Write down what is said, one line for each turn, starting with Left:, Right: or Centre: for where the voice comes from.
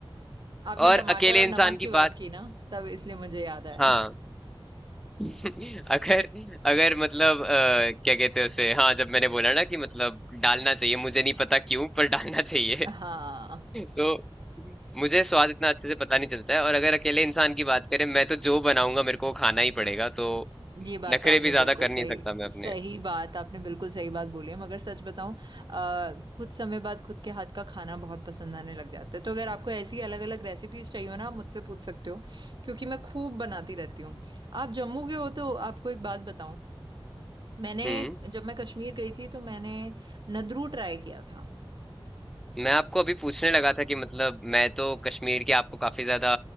Right: आपने
Centre: और
Right: टमाटर
Centre: अकेले
Right: और
Centre: इंसान
Right: नमक
Centre: की
Right: की बात
Centre: बात
Right: की ना तब इसलिए मुझे याद आया
Centre: हाँ <laughs> अगर अगर मतलब अ, क्या कहते हैं उसे हाँ जब मैंने बोला ना कि मतलब डालना चाहिए मुझे नहीं पता क्यों पर डालना चाहिए
Right: हाँ
Centre: तो मुझे स्वाद इतना अच्छे से पता नहीं चलता है और अगर अकेले इंसान की बात करें मैं तो जो बनाऊंगा मेरे को वो खाना ही पड़ेगा तो
Right: ये बात
Centre: नखरे
Right: तो आपने
Centre: भी ज्यादा
Right: बिल्कुल
Centre: कर
Right: सही
Centre: नहीं सकता मैं अपने
Right: सही बात आपने बिल्कुल सही बात बोली है मगर सच बताऊं आ, कुछ समय बाद खुद के हाथ का खाना बहुत पसंद आने लग जाता है तो अगर आपको ऐसी अलग अलग रेसिपीज चाहिए हो ना आप मुझसे पूछ सकते हो क्योंकि मैं खूब बनाती रहती हूँ आप जम्मू के हो तो आपको एक बात बताऊं मैंने
Centre: हम्म
Right: जब मैं कश्मीर गई थी तो मैंने नदरू ट्राई किया था
Centre: मैं आपको अभी पूछने लगा था कि मतलब मैं तो कश्मीर की आपको काफी ज्यादा